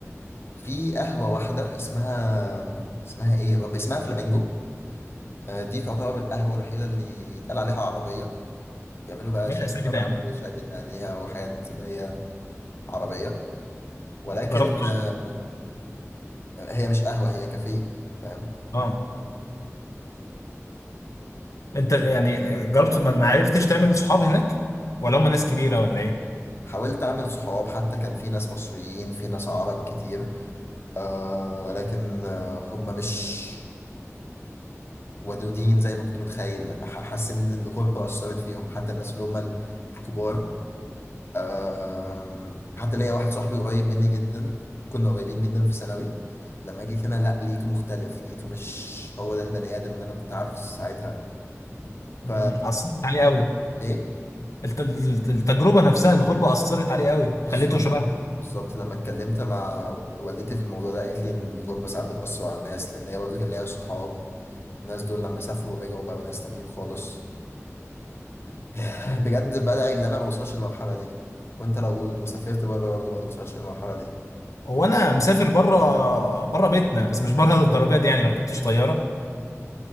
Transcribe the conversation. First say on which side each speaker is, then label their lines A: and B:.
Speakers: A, on the left; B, on the left.
A: في قهوة واحدة اسمها اسمها ايه يا رب اسمها فلامينجو آه، دي تعتبر القهوة الوحيدة اللي يتقال عليها عربية بيعملوا بقى
B: إيه
A: شاي
B: الأسامي
A: كرك
B: ده يا عم؟
A: وشاي بالنعناع وحاجات اللي هي عربية ولكن
B: جربت
A: آه، هي مش قهوة هي كافيه فاهم
B: اه انت يعني جربت ما ما عرفتش تعمل صحاب هناك ولا هم ناس كبيره ولا ايه
A: حاولت أعمل صحاب حتى كان في ناس مصريين في ناس عرب كتير آه ولكن آه هم مش ودودين زي ما كنت متخيل ح- حاسس إن الغربة أثرت فيهم حتى الناس اللي هم ال- الكبار أم، حتى ليا واحد صاحبي قريب مني جدا كنا قريبين جدا في ثانوي لما جيت هنا لا لقيته مختلف لقيته مش هو ده البني آدم اللي انا كنت عارفه ساعتها ف
B: امم اثرت عليه قوي
A: ايه
B: الت- الت- التجربه نفسها الغربه اثرت عليه قوي خليته
A: بالظبط
B: شبهها
A: بالظبط لما اتكلمت مع والدتي في الموضوع ده قالت لي ان الغربة ساعات بتأثر على ناس لان هي برضه كان ليها صحاب الناس دول لما سافروا ورجعوا بقوا ناس تانيين خالص <sighs>
B: مم.
A: بجد بدعي ان انا ما اوصلش للمرحلة دي وانت لو سافرت بره برضه ما توصلش للمرحلة دي
B: هو انا مسافر بره بره بيتنا بس مش بره <laughs> للدرجه دي يعني ما ركبتش طياره